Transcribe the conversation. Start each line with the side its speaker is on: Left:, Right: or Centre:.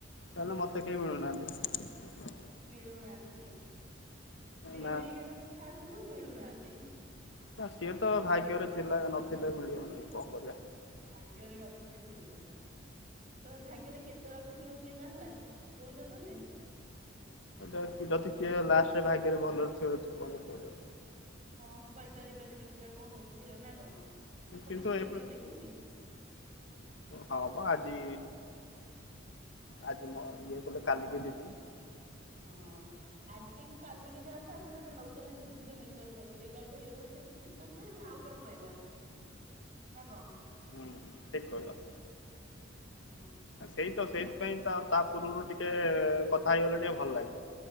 Left: ତାଲେ ମତେ କେହି ମିଳୁନାହାନ୍ତି।
Right: ମିଳୁନାହାନ୍ତି ମିଳିମିଳି
Left: ନା
Right: କେ ତମେ ଛାଡୁଛ, ମିଳୁନାହାନ୍ତି।
Left: ନା ସିଏ ତ ଭାଗ୍ୟରେ ଥିଲା ନଥିଲେ ମିଳିବନି କଣ କରିବା।
Right: ଭାଗ୍ୟରେ ନଥିଲେ ମିଳିବନି। କି ତମେ ଭାଗ୍ୟରେ କେତେ ରଖିଥିବ କିଏ ଜାଣିଲା କଣ କହୁଛ ତମେ?
Left: ଯଦି କିଏ ଲାଷ୍ଟରେ ଭାଗ୍ୟରେ ଭଲରେ ଥିବ ପରେ ପରେ
Right: ହଁ କହିପାରିବାନି ଦେଖିବା କଣ ହଉଛି ଆଉ ନା କଣ? ଭବିଷ୍ୟତ
Left: କିନ୍ତୁ ଏବେ
Right: କିଏ ଦେଖିଛି।
Left: ହଁ ଆଜି ଆଜି ମ
Right: ହୁଁ
Left: ଇଏ କହିଲ କାଲିକି ଯ
Right: ହଁ ଆଜିିକି କାଲିକି ଯାଉଛୁ, ଆମେ ଯୋଉଟା ନଉଛନ୍ତି ଭିତରୁ ଯୋଉ ନିଶ୍ଵାସ ସେଇଟା ଫେରକୁ କିଛି ବିଶ୍ୱାସ ନହଁ ଆଉ କଣ କହିବା। ନା କଣ
Left: ହୁଁ ଠିକ କଇଲ।
Right: ହଁ।
Left: ସେଇ ତ ସେଇଥିପାଇଁ ତ ତା ପୂର୍ବରୁ ଟିକେ କଥା ହେଇଗଲେ ଟିକେ ଭଲ ଲାଗଛି।